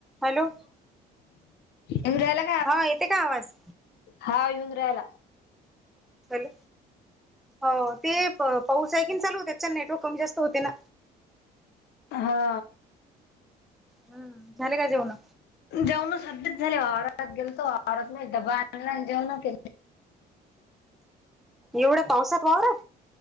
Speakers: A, in the centre; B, on the left.
A: Hello
B: इंद्रला
A: हा येते काय आवाज
B: हा येऊन राहाला
A: ल हो ते पाऊस आहे की चालू त्याच्या नेटवर्क कमी जास्त होते ना
B: हा
A: हम्म झाले काय जाऊ ना
B: जेऊनच सध्याच झाले वारात गेल तो वारात नाही डबा आणला जेऊणच
A: एवढं पावसात वावरवर